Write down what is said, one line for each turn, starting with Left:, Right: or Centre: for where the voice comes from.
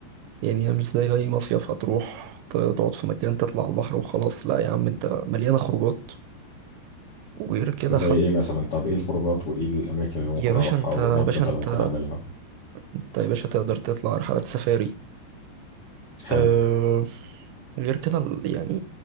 Right: يعني هي مش زي أي مصيف هتروح ت- تقعد في مكان تطلع على البحر وخلاص لا يا عم أنت مليانة خروجات وغير كده
Left: زي ايه مثلا طب ايه الخروجات وايه الاماكن اللي ممكن
Right: يا باشا
Left: اروحها
Right: انت
Left: وايه
Right: يا
Left: الانشطه
Right: باشا انت
Left: اللي ممكن اعملها
Right: انت يا باشا تقدر تطلع رحلات سفاري
Left: حلو
Right: أه... غير كده ال- يعني